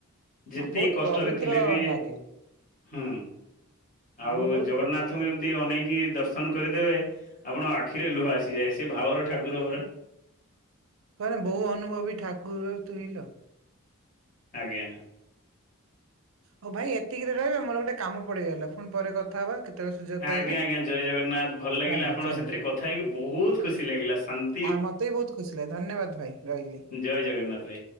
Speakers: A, on the left; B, on the right.
A: ଯେତେ
B: ବହୁତ
A: କଷ୍ଟରେ
B: ପବିତ୍ର
A: ଥିଲେ ବି।
B: ଲାଗେ
A: ହୁଁ,
B: ମନ
A: ଆଉ
B: ବହୁତ
A: ଜଗନ୍ନାଥଙ୍କୁ
B: ପବିତ୍ର ଲାଗେ।
A: ଏମତି ଅନେଇକି ଦର୍ଶନ କରିଦେବେ ଆପଣଙ୍କ ଆଖିରେ ଲୁହ ଆସିଯାଏ, ସେ ଭାଉର ଠାକୁର ପରା
B: କହେେ ବୋଉ ଅନୁଭବୀ ଠାକୁର ତୁ ହିଲ
A: ଆଜ୍ଞା
B: ହଉ ଭାଇ ଏତିକିରେ ରହିବେ ମୋର ଗୋଟେ କାମ ପଡିଗଲା, ପୁଣି ପରେ କଥା ହବା। କେତେବେଳେ ସୁଯୋଗ ପାଇଲେ
A: ଆଜ୍ଞା ଆଜ୍ଞା, ଜୟ ଜଗନ୍ନାଥ, ଭଲ ଲାଗିଲା
B: ରହିଲି
A: ଆପଣଙ୍କ
B: ଜୟ
A: ସାଥିରେ
B: ମା
A: କଥା ହେଇକି ବହୁତ ଖୁସି ଲାଗିଲା, ଶା
B: ଆ ମତେ ବି ବହୁତ ଖୁସି ଲାଗେ, ଧନ୍ୟବାଦ ଭାଇ ରହିଲି।
A: ଜୟ ଜଗନ୍ନାଥ ଭାଇ।